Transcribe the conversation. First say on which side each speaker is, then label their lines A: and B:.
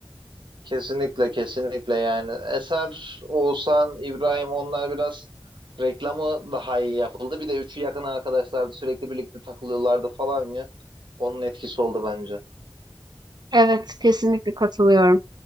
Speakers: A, on the right (about 80°); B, on the right (about 60°).
A: Kesinlikle kesinlikle yani Eser, Oğuzhan, İbrahim onlar biraz reklamı daha iyi yapıldı. Bir de üçü yakın arkadaşlardı sürekli birlikte takılıyorlardı falan ya. Onun etkisi oldu bence.
B: Evet, kesinlikle katılıyorum.